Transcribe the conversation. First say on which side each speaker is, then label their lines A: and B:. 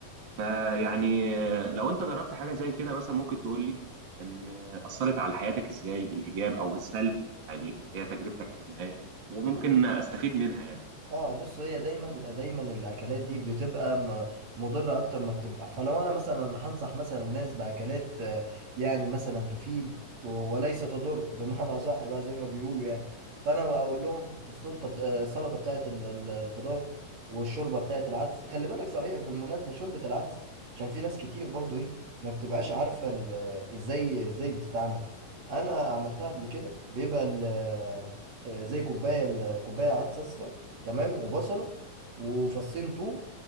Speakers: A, on the right; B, on the right.
A: فيعني آه، لو أنت جربت حاجة زي كده مثلا ممكن تقول لي إن آه، أثرت على حياتك إزاي بالإيجاب أو بالسلب يعني هي تجربتك في النهاية وممكن
B: بص
A: أستفيد منها يعني
B: اه بص هي دايما دايما الاكلات دي بتبقى م- مضره اكتر ما بتنفع فلو انا مثلا هنصح مثلا الناس باكلات آه، يعني مثلا تفيد و- وليس تضر <laughs> بمعنى صح بقى زي ما بيقولوا يعني فانا اقول لهم السلطه بت- آه، السلطه بتاعت ال- ال- الخضار والشوربه بتاعت العدس خلي بالك صحيح بالمناسبه شوربه العدس عشان في ناس كتير برضو ايه ما بتبقاش عارفه ال- ازاي ازاي بتتعمل انا عملتها قبل كده بيبقى ال- آه، زي كوبايه ال- كوبايه عدس اصفر تمام وبصلة وفصين توم